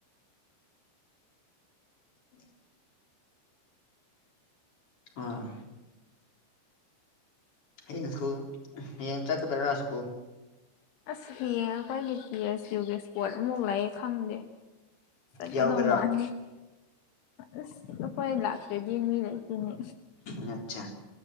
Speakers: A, on the left (about 30°); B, on the left (about 80°).
A: <inaudible> ꯑꯥ ꯍꯌꯦꯡ ꯁ꯭ꯀꯨꯜ ꯍꯌꯦꯡ ꯆꯠꯀꯗꯧꯔꯥ ꯁ꯭ꯀꯨꯜ
B: ꯑꯁ ꯍꯌꯦꯡ ꯑꯩꯈ꯭ꯣꯏ‌ꯒꯤ ꯇꯤꯑꯦꯁꯌꯨꯒꯤ ꯏꯁꯄꯣꯠ ꯑꯃꯨꯛ ꯂꯩꯑꯦ ꯈꯪꯗꯦ ꯆꯠꯀꯗꯧ
A: ꯌꯥꯎꯒꯗ꯭ꯔꯥ
B: ꯃꯥꯟꯗꯦ ꯑꯁ ꯑꯩꯈꯣꯏ ꯂꯥꯛꯇ꯭ꯔꯗꯤ ꯃꯤ ꯂꯩꯇꯦꯅꯦ
A: ꯅꯠꯆꯥ